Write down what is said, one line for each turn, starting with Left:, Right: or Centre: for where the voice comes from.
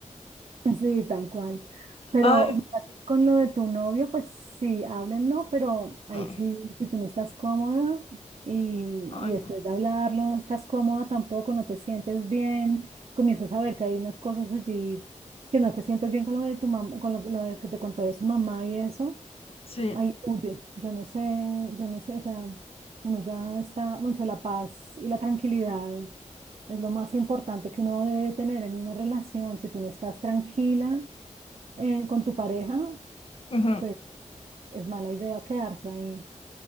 Right: <laughs> Sí, tal cual. Pero
Left: Ay,
Right: mira que con lo de tu novio, pues sí, háblenlo, pero ahí
Left: no,
Right: sí, si tú no estás cómoda y,
Left: ay,
Right: y
Left: no.
Right: después de hablarlo no estás cómoda tampoco, no te sientes bien, comienzas a ver que hay unas cosas allí que no te sientes bien con lo de tu mamá, con lo, que- lo de que te contó de su mamá y eso,
Left: Sí,
Right: ahí huye. Yo no sé, yo no sé, o sea, uno ya está, mucho la paz y la tranquilidad es lo más importante que uno debe tener en una relación. Si tú no estás tranquila, eh, con tu pareja,
Left: ujú,
Right: pues es mala idea quedarse ahí.